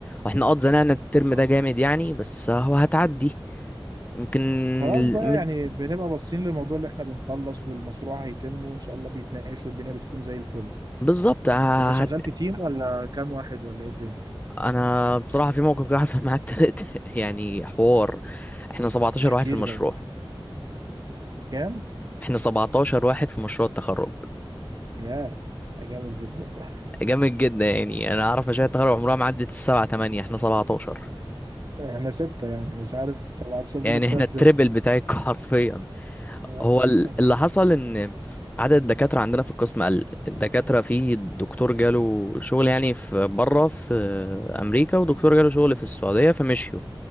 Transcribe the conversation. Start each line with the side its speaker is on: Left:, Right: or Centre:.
Left: واحنا اه اتزنقنا الترم
Right: بالظبط.
Left: ده جامد يعني بس هو هتعدي يمكن
Right: خلاص
Left: المد-
Right: بقى يعني بنبقى باصين للموضوع اللي احنا بنخلص والمشروع هيتم وإن شاء الله بيتناقش والدنيا بتكون زي الفل
Left: بالظبط ه-
Right: انت شغال
Left: هت...
Right: في تيم ولا كام واحد ولا ايه الدنيا
Left: انا بصراحة في موقف كده حصل معايا التالت <laughs> يعني حوار احنا 17
Right: احكي
Left: واحد في المشروع
Right: لي طيب كام
Left: احنا 17 واحد في مشروع التخرج
Right: يا ده جامد جدا ده <laughs>
Left: جامد جدا يعني انا اعرف مشاهد تخرج عمرها ما عدت السبعة تمانية احنا 17
Right: احنا ستة يعني مش عارف 17 دي
Left: يعني
Right: جبتها
Left: احنا
Right: ازاي
Left: التربل بتاعك <laughs> حرفيا
Right: <laughs>
Left: هو ال- اللي حصل ان عدد الدكاترة عندنا في القسم قل الدكاترة في دكتور جاله شغل يعني في بره في امريكا ودكتور جاله شغل في السعودية فمشيوا